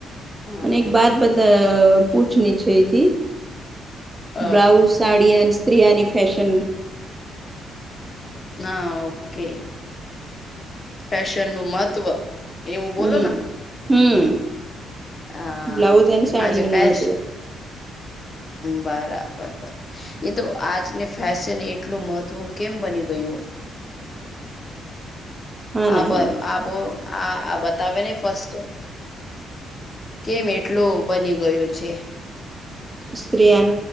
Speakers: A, on the left; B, on the right.
A: હા
B: મ એક બાત બતા પૂછની છે એથી
A: અ
B: બ્લાઉઝ સાડી અને સ્ત્રીિયાની ફેશન
A: હા ઓકે ફેશન નું મહત્વ એવું બોલો
B: હમ
A: ને
B: હમ
A: હા
B: બ્લાઉઝ અને સાડીનું
A: આજે ફેશ
B: મહત્ત્વ
A: બરાબર. એ તો આજને ફેશન એટલું મહત્વ કેમ બની ગયું
B: હા ના
A: આ
B: હા ના
A: આ આ આ બતાવે ને ફસ્ટ કેમ એટલું બની ગયો છે.
B: સ્ત્રીિયા